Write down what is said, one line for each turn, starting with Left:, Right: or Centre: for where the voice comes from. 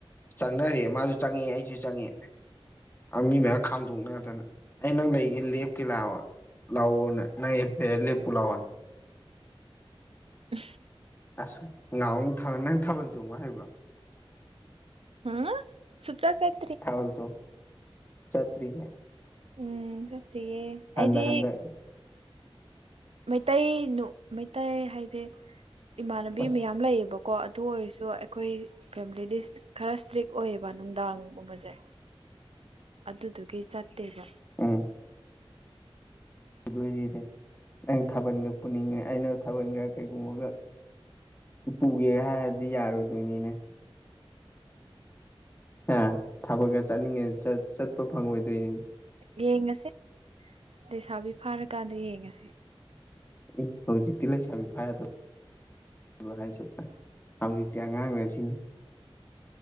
Left: ꯆꯪꯅꯔꯤꯌꯦ ꯃꯥꯁꯨ ꯆꯪꯉꯦ ꯑꯩꯁꯨ ꯆꯪꯉꯦ ꯃꯤ ꯃꯌꯥꯝ ꯈꯥꯝꯗꯣꯛꯅꯗꯅ ꯑꯩ ꯅꯪ ꯂꯩꯒꯦ ꯂꯦꯞꯀꯦ ꯂꯥꯛꯑꯣ ꯂꯥꯎꯑꯣꯣꯅꯦ ꯅ ꯄꯦ ꯂꯦꯄꯨ ꯂꯥꯎꯑꯣꯅꯦ
Right: ꯎ
Left: ꯑꯁ ꯉꯥ ꯅꯪ ꯊꯥꯕꯜ ꯆꯣꯡꯕ ꯍꯥꯏꯕ꯭ꯔꯣ
Right: ꯑ ꯆꯨꯄꯆꯥ ꯆꯠ
Left: ꯊꯥꯕꯜ ꯆꯣ ꯆꯇꯔꯤꯒꯦ
Right: ꯎꯝ ꯐꯔꯤꯌꯦ
Left: ꯍꯟꯗꯛ
Right: ꯑꯩꯗꯤ
Left: ꯍꯟꯗꯛ
Right: ꯃꯩꯇꯩꯅ ꯃꯩꯇꯩ ꯍꯥꯏꯗꯤ ꯏꯃꯥꯟꯅꯕꯤ
Left: ꯑꯁ
Right: ꯃꯌꯥꯝ ꯂꯩꯌꯦꯕꯀꯣ ꯀꯣ ꯑꯗꯨ ꯑꯣꯏꯔꯁꯨ ꯑꯩꯈꯣꯏ ꯐꯦꯃꯤꯂꯤꯗꯤ ꯈꯔ ꯏꯁ꯭ꯇ꯭ꯔꯤꯛ ꯑꯣꯏꯌꯦꯕ ꯅꯨꯡꯗꯥꯡꯒꯨꯝꯕꯁꯦ ꯑꯗꯨꯗꯨꯒꯤ ꯆꯠꯇꯦꯕ
Left: ꯎꯝ ꯗꯣꯏꯅꯦ ꯑꯩꯅ ꯊꯥꯕꯜꯒ ꯄꯨꯅꯤꯡꯉꯦ ꯑꯩꯅ ꯊꯥꯕꯜꯒ ꯀꯩꯒꯨꯝꯕꯒ ꯄꯨꯒꯦ ꯍꯥꯏꯔꯗꯤ ꯌꯥꯔꯣꯏꯗꯣꯏꯅꯤꯅꯦ ꯑ ꯊꯕꯛꯀ ꯆꯠꯅꯤꯡꯉꯗꯤ ꯆꯠꯄ ꯐꯪꯉꯣꯏꯗꯣꯏꯅꯤꯅꯤ
Right: ꯌꯦꯡꯉꯁꯦ ꯂꯩꯁꯥꯕꯤ ꯐꯥꯔꯀꯥꯟꯗ ꯌꯦꯡꯉꯁꯦ
Left: ꯏ ꯍꯖꯤꯇꯤ ꯂꯩꯦꯁꯃꯤ ꯐꯥꯏ ꯑꯗꯨꯣ ꯑ ꯍꯥꯏꯁꯦꯕ ꯍꯧꯖꯤꯛꯇꯤ ꯑꯉꯥꯡꯔ ꯁꯤꯅꯤ